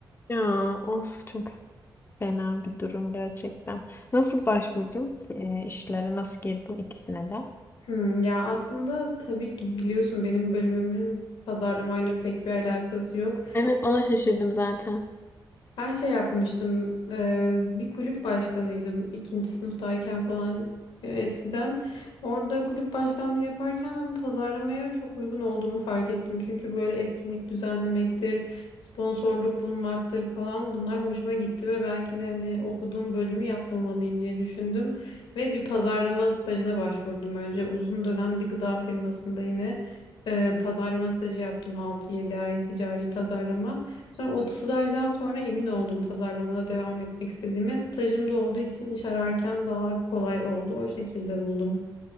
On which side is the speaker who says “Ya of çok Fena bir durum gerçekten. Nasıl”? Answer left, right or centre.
Left